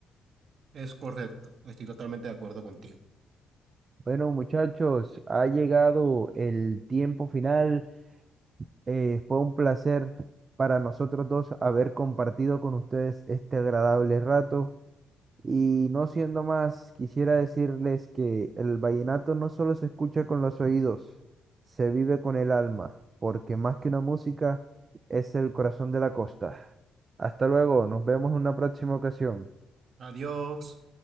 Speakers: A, on the right; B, on the right.
A: Es correcto, estoy totalmente de acuerdo contigo.
B: Bueno, muchachos, ha llegado el tiempo final. Eh, fue un placer para nosotros dos haber compartido con ustedes este agradable rato. Y no siendo más, quisiera decirles que el vallenato no solo se escucha con los oídos, se vive con el alma, porque más que una música, es el corazón de la costa. Hasta luego, nos vemos en una próxima ocasión.
A: Adiós.